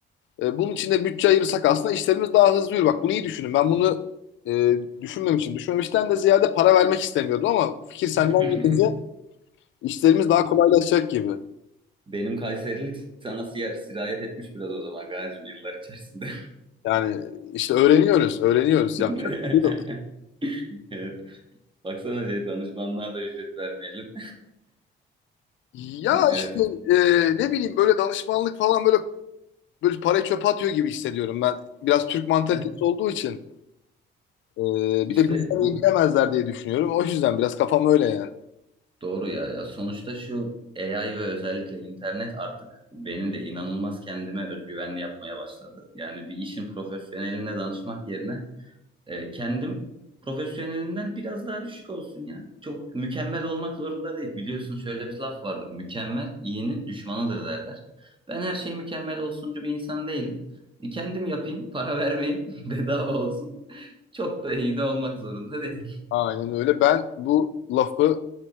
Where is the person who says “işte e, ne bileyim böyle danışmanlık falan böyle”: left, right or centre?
Left